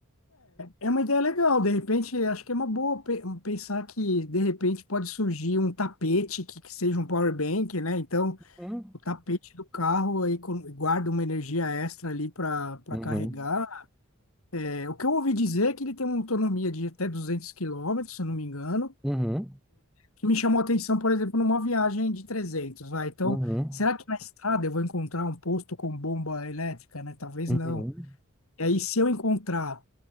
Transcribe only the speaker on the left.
É, é uma ideia legal. De repente, acho que é uma boa pe- pensar que, de repente, pode surgir um tapete que, que seja um power bank, né? Então,
o tapete do carro aí com- guarda uma energia extra ali para para
carregar. É, o que eu ouvi dizer é que ele tem uma autonomia de até 200 quilômetros, se eu não me engano,
que me chamou a atenção, por exemplo, numa viagem de 300, vai. Então,
será que na estrada eu vou encontrar um posto com bomba elétrica, né? Talvez
não. E aí, se eu encontrar,